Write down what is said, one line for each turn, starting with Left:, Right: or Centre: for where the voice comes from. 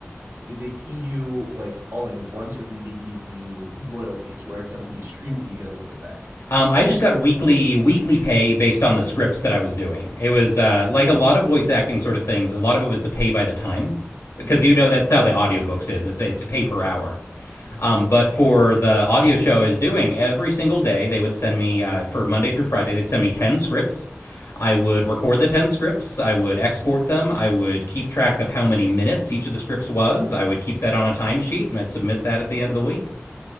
Right: Did they pay you like all in once, or did they give you royalties, where every time somebody streams it, you get a little bit back?
Left: Um, I just got weekly weekly pay based on the scripts that I was doing. It was uh, like a lot of voice acting sort of things. A lot of it was the pay by the time because
Right: Okay.
Left: you know that's how the audiobooks is. It's it's a pay per hour.
Right: Ah,
Left: Um, but for the audio show I was doing every single day, they would send me uh, for Monday through Friday. They'd send me ten scripts. I would record the 10 scripts. I would export them. I would keep track of how many minutes each of the scripts was. I would keep that on a timesheet and I'd submit that at the end of the week.